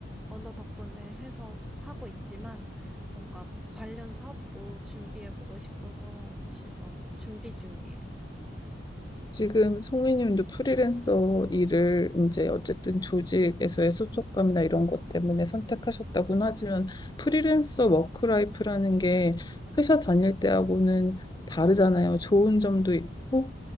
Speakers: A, in the centre; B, on the left.
A: 언어 덕분에 해서 하고 있지만 뭔가 관련 사업도 준비해보고 싶어서 지금 준비 중이에요.
B: 지금 송이님도 프리랜서 일을 이제 어쨌든 조직에서의 소속감이나 이런 것 때문에 선택하셨다고는 하지만 프리랜서 워크라이프라는 게 회사 다닐 때하고는 다르잖아요. 좋은 점도 있고,